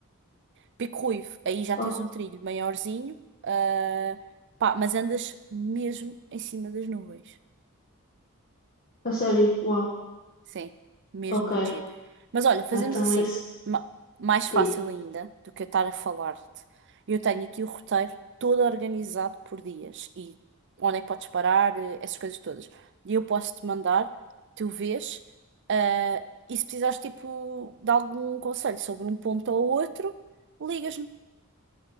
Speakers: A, on the right (about 55°); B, on the left (about 45°).
A: Pico Ruivo, aí já
B: Oh,
A: tens um trilho maiorzinho, ah, pá, mas andas mesmo em cima das nuvens.
B: a sério? Uau.
A: Sim, mesmo
B: Ok.
A: muito giro. Mas olha, fazemos
B: Então
A: assim,
B: esse
A: ma- mais fácil
B: tipo.
A: ainda do que eu estar a falar-te. Eu tenho aqui o roteiro todo organizado por dias e onde é que podes parar, eh, essas coisas todas. E eu posso-te mandar, tu vês, ah, e se precisares tipo de algum conselho sobre um ponto ou outro, ligas-me.